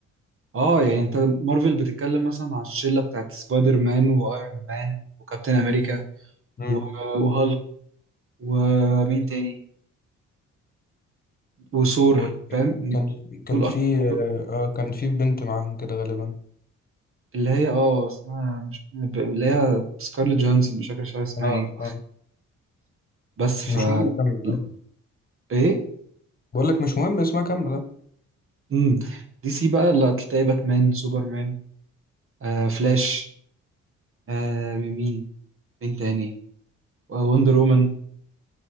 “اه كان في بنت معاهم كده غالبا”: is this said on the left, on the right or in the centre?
Left